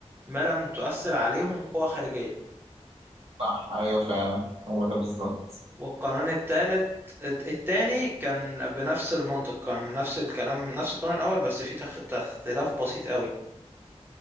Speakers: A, on the right; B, on the right.
A: ما لم تؤثر عليهم قوة خارجية
B: صح ايوه فعلا هو ده بالظبط
A: والقانون التالت التاني كان بنفس المنطق كان نفس الكلام نفس القانون الأول بس فيه تخ... اختلاف بسيط قوي